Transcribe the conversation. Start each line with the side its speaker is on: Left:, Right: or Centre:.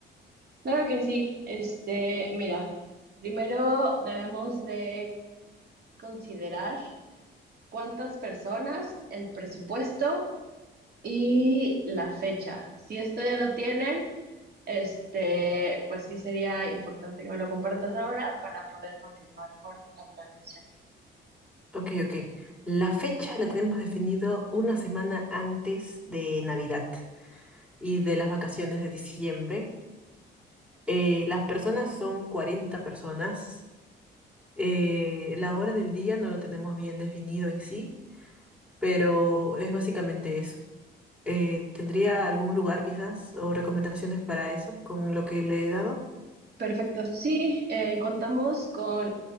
Right: Claro que sí. Este, mira, primero debemos de considerar cuántas personas, el presupuesto y la fecha. Si esto ya lo tienen, este, pues sí sería importante que me lo compartas ahora para poder continuar con la planeación.
Centre: Ok, ok. La fecha la tenemos definido una semana antes de Navidad y de las vacaciones de diciembre. Eh, las personas son 40 personas. Eh, la hora del día no lo tenemos bien definido en sí, pero es básicamente eso. Eh, ¿tendría algún lugar quizás o recomendaciones para eso con lo que le he dado?
Right: Perfecto. Sí, eh, contamos con